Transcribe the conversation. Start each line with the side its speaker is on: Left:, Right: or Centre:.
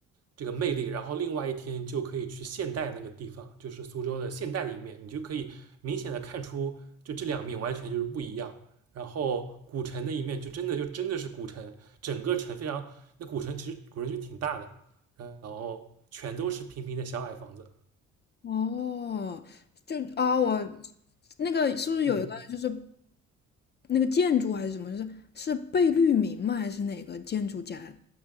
Right: 这个魅力，然后另外一天就可以去现代那个地方，就是苏州的现代的一面，你就可以明显的看出，就这两面完全就是不一样。然后古城的一面就真的就真的是古城，整个城非常，那古城其实古城就挺大的，然后全都是平平的小矮房子，
Left: 哦，就啊，我那个是不是有一个就是
Right: 嗯。
Left: 那个建筑还是什么，就是是贝聿铭吗？还是哪个建筑家